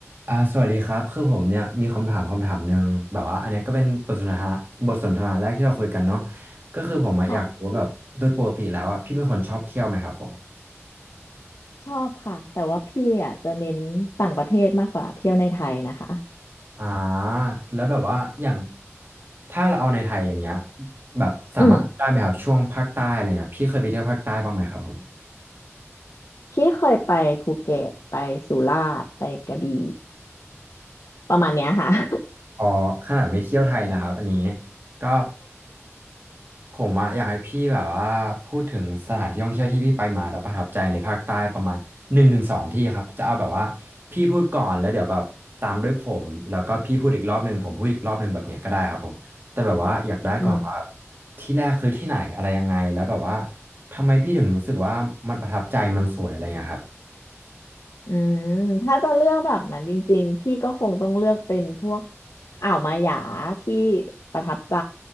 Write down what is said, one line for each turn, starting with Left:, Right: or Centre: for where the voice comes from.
Right: อ่าสวัสดีครับคือผมเนี่ยมีคำถามคำถามหนึ่งแบบว่าอันเนี้ยก็เป็นบทสนทนาบทสนทนาแรกที่เราคุยกันเนาะก็คือผมอะอยากรู้ว่าแบบโดยปกติแล้วอ่ะพี่เป็นคนชอบเที่ยวไหมครับผม
Left: ค่ะชอบค่ะแต่ว่าพี่อ่ะจะเน้นต่างประเทศมากกว่าเที่ยวในไทยนะคะ
Right: อ่าแล้วแบบว่าอย่างถ้าเราเอาในไทยอย่างเงี้ยแบบสามารถได้ไหมครับช่วงภาคใต้อะไรเงี้ยพี่เคยไปเที่ยวภาคใต้บ้างไหมครับผม
Left: อืมพี่เคยไปภูเก็ตไปสุราษฎร์ไปกระบี่ประมาณเนี้ยค่ะ <laughs>
Right: อ๋อขนาดไม่เที่ยวไทยนะครับอันนี้ก็ ผมอะอยากให้พี่แบบว่าพูดถึงสถานที่ท่องเที่ยวที่พี่ไปมาแล้วประทับใจในภาคใต้ประมาณหนึ่งถึงสองที่ครับจะเอาแบบว่าพี่พูดก่อนแล้วเดี๋ยวแบบตามด้วยผมแล้วก็พี่พูดอีกรอบหนึ่งผมพูดอีกรอบหนึ่งแบบเนี้ยก็ได้ครับผมแต่แบบว่าอยากได้ก่อนว่า
Left: อืม
Right: ที่แรกคือที่ไหนอะไรยังไงแล้วแบบว่าทำไมพี่ถึงรู้สึกว่ามันประทับใจมันสวยอะไรอย่างเงี้ยครับ
Left: อืมถ้าจะเลือกแบบนั้นจริงๆพี่ก็คงต้องเลือกเป็นพวกอ่าวมาหยาที่ประทับใจ